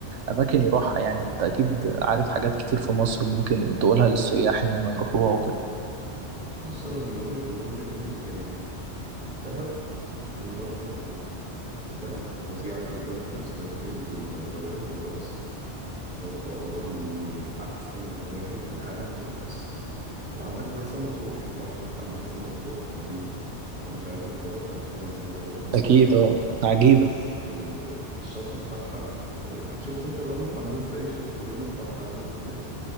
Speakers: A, on the right; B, on the right.
A: أماكن يروحها يعني أنت أكيد عارف حاجات كتير في مصر ممكن تقولها للسياح إن هم يروحوها وكده
B: بص انا من وجهة نظري هم مكانين دهب ومرسى مطروح دهب فظيعة جدا في السنوركلينج والدايفنج الغطس فبتعتبر من من أحسن الأماكن في العالم في الغطس وعندك مرسى مطروح البحر بتاع مرسى مطروح رهيب أنا مش عارف أنت رحت قبل كده مرسى مطروح ولا
A: أكيد
B: لأ
A: أه عجيبة
B: بس ال- الشط بتاعها شفت أنت الرملة عاملة إزاي شفت لون البحر عامل إزاي